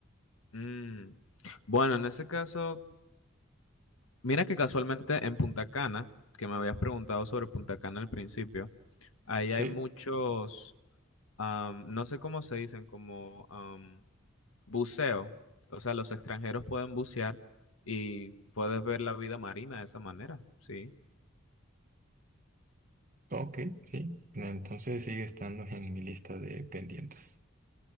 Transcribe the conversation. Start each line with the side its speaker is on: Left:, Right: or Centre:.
Left: Mm. Bueno, en ese caso, mira que casualmente en Punta Cana, que me habías preguntado sobre Punta Cana al principio, ahí
Right: Sí,
Left: hay muchos am, no sé cómo se dicen, como am, buceo. O sea, los extranjeros pueden bucear y puedes ver la vida marina de esa manera, sí,
Right: ok, sí. Entonces sigue estando en mi lista de pendientes.